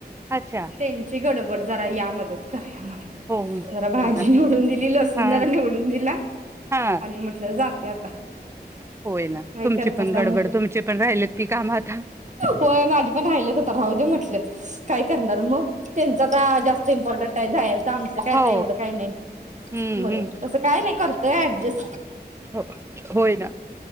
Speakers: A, on the right; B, on the right.
A: अच्छा
B: त्यांची गडब बट जरा या मदत करायलाया म जरा
A: हो हो
B: भाजी
A: ना
B: निवडुन दिली, लसुन
A: हा
B: जरा निवडुन दिला
A: हा
B: आणि म्हंटल जाते आता
A: होय ना
B: काय
A: तुमची
B: करतासा
A: पण गडबड
B: मग
A: तुमचे पण राहिलेत की काम आता
B: व्हय माझी पण राहील्याता खाऊदे म्हंटल काय करणार मग त्यांच आता जास्त इंपोर्टन्ट आहे जायचा आमचा तर
A: हो
B: काय येवढा काय नाय
A: हम्म
B: म्हणुन तस काय न्हाय कर तय ऍडजेस्ट
A: हो होयना